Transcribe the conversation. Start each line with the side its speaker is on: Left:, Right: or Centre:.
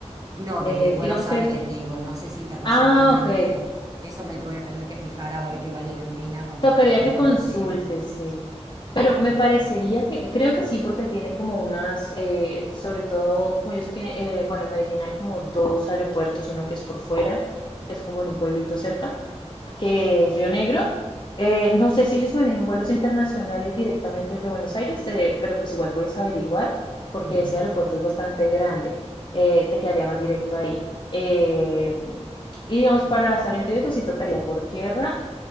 Right: no,
Left: Eh,
Right: desde Buenos
Left: digamos que
Right: Aires
Left: es...
Right: digo, no sé si internacionalmente.
Left: Ah, ok.
Right: Eso me voy a tener que fijar a ver qué vale la pena cuando,
Left: Tocaría
Right: cuando
Left: que consulte,
Right: consiga.
Left: sí. Pero
Right: Sí,
Left: me parecería
Right: sí.
Left: que, creo que sí, porque él tiene como unas, eh, sobre todo, como ellos tienen, eh, bueno, en Medellín hay como dos aeropuertos, uno que es por fuera, que es como en un pueblito cerca, que es Río Negro. Eh, no sé si ellos manejan vuelos internacionales directamente desde Buenos Aires, eh, pero pues igual puedes averiguar, porque
Right: Bien.
Left: ese aeropuerto es bastante grande. Eh, te quedaría más directo ahí. Eh, y digamos, para Salento y eso sí tocaría por tierra